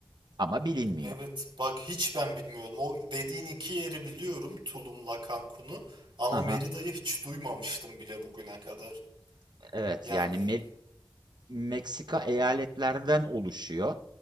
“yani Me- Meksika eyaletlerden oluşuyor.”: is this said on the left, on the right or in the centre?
Right